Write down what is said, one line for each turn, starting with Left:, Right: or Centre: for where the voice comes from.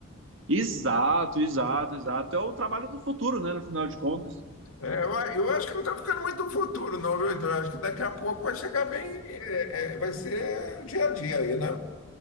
Right: Exato, exato, exato. É o trabalho do futuro, né, no final de contas.
Left: É, eu, a- eu acho que não está ficando muito no futuro, não, viu? Então, eu acho que daqui a pouco vai chegar bem, é, é, vai ser o dia a dia aí, né?